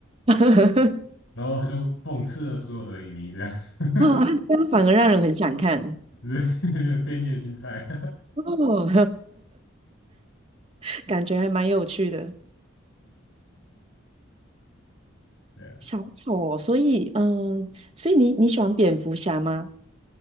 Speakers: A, on the right; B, on the left.
A: <laughs>
B: 然后他就讽刺了所有的影迷，这样，<laughs>
A: 哦，啊这样反而让人很想看
B: 对，有点变虐心态，
A: 哦，<laughs> 感觉还蛮有趣的。
B: <laughs> 对啊，
A: 小丑哦，所以嗯，所以你你喜欢蝙蝠侠吗？